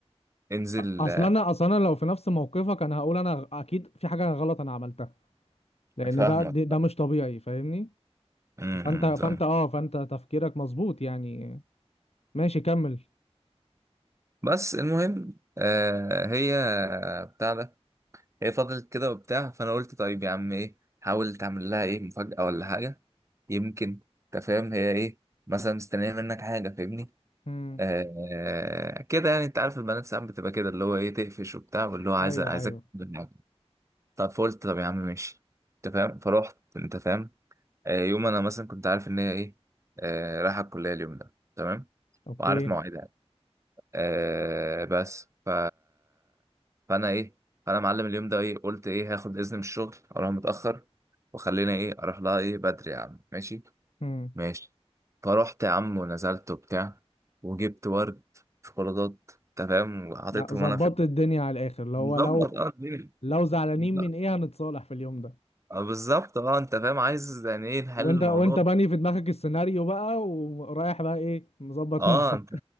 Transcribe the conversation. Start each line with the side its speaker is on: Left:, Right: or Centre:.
Right: انزل
Left: اصل
Right: آه،
Left: انا اصل انا لو في نفس موقفك انا هقول انا غ- اكيد في حاجه غلط انا عملتها لان
Right: فاهمك
Left: ده ده ده مش طبيعي فاهمني
Right: م-
Left: فانت فانت
Right: م، فاهم
Left: اه فانت تفكيرك مظبوط يعني ماشي كمل
Right: بس المهم آه هي بتاع ده هي فضلت كده وبتاع فانا قلت طيب يا عم ايه حاول تعمل لها ايه مفاجأة ولا حاجة يمكن انت فاهم هي ايه مثلا مستنية منك حاجة فاهمني
Left: امم
Right: آه كده يعني انت عارف البنات ساعات بتبقى كده اللي هو ايه تقفش وبتاع واللي هو عايزة
Left: ايوه
Right: عايزك
Left: ايوه
Right: تعمل حاجة. طب فقلت طب يا عم ماشي انت فاهم فروحت انت فاهم آه يوم انا مثلا كنت عارف ان هي ايه آه رايحة الكلية اليوم ده تمام
Left: اوكي
Right: وعارف مواعيدها آه بس ف فانا ايه فانا معلم اليوم ده ايه قلت ايه هاخد اذن من الشغل اروح متاخر وخلينا ايه اروح لها ايه بدري يا عم ماشي
Left: امم
Right: ماشي فروحت يا عم ونزلت وبتاع وجبت ورد شوكولاتات انت فاهم وحطيتهم
Left: لا، ظبطت
Right: انا في
Left: الدنيا على الاخر اللي هو
Right: المظبط
Left: لو
Right: اه الدنيا
Left: لو زعلانين
Right: مظبط.
Left: من ايه هنتصالح في اليوم ده
Right: آه، بالظبط اه انت فاهم عايز يعني ايه نحل
Left: وانت
Right: الموضوع
Left: وانت باني في دماغك السيناريو بقى ورايح بقى ايه مظبط
Right: اه
Left: نفسك
Right: انت